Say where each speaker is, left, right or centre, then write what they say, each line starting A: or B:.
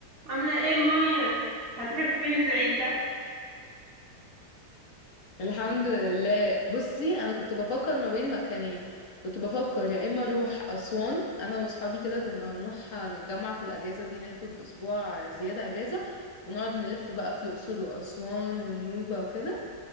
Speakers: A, on the right (about 30°); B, on the left (about 50°).
A: عاملة ايه مونيا هتروحي فين العيد ده
B: الحمد لله بصي انا كنت بفكر ما بين مكانين كنت بفكر يا اما اروح اسوان انا واصحابي كده كنا هنروح نتجمع في الاجازه دي ناخد اسبوع زياده اجازه ونقعد نلف بقى في الاقصر واسوان والنوبه وكده